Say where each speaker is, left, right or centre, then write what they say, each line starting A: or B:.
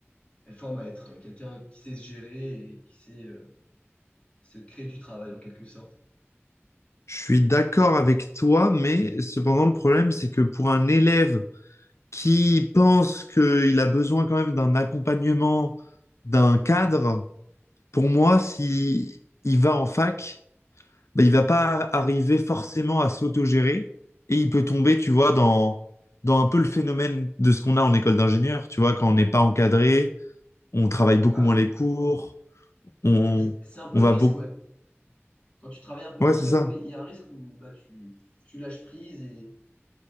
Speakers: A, on the left; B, on the left.
A: elle forme à être quelqu'un qui sait se gérer et qui sait euh, se créer du travail en quelque sorte.
B: Je suis d'accord avec toi, mais cependant le problème, c'est que pour un élève qui pense qu'il a besoin quand même d'un accompagnement, d'un cadre, pour moi, si il va en fac, ben, il va pas arriver forcément à s'autogérer et il peut tomber, tu vois, dans, dans un peu le phénomène de ce qu'on a en école d'ingénieur, tu vois, quand on n'est pas encadré, on travaille beaucoup
A: Ah
B: moins
A: oui,
B: les cours, on,
A: c- c'est un peu
B: on
A: le
B: va
A: risque,
B: beaucoup.
A: ouais. Quand tu travailles un peu
B: Ouais,
A: tout
B: c'est
A: seul,
B: ça.
A: oui, il y a un risque où bah, tu, tu lâches prise Et